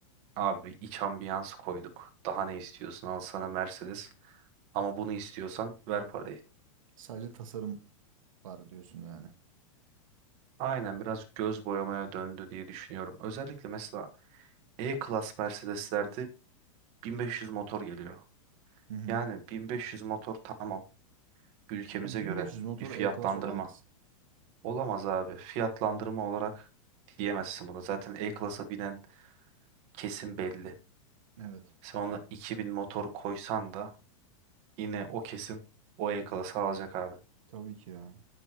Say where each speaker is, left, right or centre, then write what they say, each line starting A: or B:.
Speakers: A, on the right (about 35°); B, on the right (about 70°).
A: abi iç ambiyans koyduk. Daha ne istiyorsun? Al sana Mercedes. Ama bunu istiyorsan ver parayı.
B: Sadece tasarım var diyorsun yani.
A: Aynen biraz göz boyamaya döndü diye düşünüyorum. Özellikle mesela E-Class Mercedes'lerde 1500 motor geliyor.
B: Hı hı.
A: Yani 1500 motor tamam ülkemize
B: Ya 1500
A: göre
B: motor
A: bir fiyatlandırma.
B: E-Class olamaz.
A: Olamaz abi. Fiyatlandırma olarak diyemezsin buna. Zaten E-Class'a binen kesim belli.
B: Evet.
A: Sen ona 2000 motor koysan da yine o kesim o E-Class'ı alacak abi.
B: Tabii ki ya.